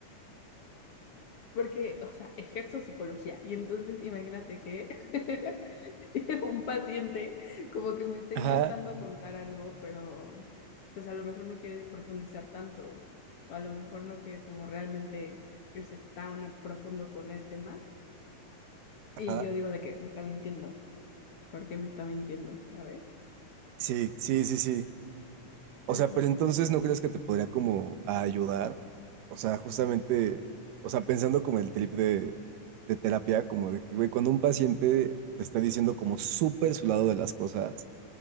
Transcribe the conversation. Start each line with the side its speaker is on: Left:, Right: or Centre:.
Left: Porque, o sea, ejerzo psicología y entonces imagínate que <laughs> un paciente como que me está
Right: ajá,
Left: intentando contar algo, pero pues a lo mejor no quiere profundizar tanto o a lo mejor no quiere como realmente irse tan a profundo con el tema. Y
Right: ajá.
Left: yo digo de que me está mintiendo, ¿por qué me está mintiendo? ¿Sabes?
Right: Sí, sí, sí, sí. O
Left: Ajá,
Right: sea, pero entonces no crees que te podría como ayudar. O sea, justamente, o sea, pensando como el trip de, de terapia, como de que, güey, cuando un paciente te está diciendo como súper su lado de las cosas,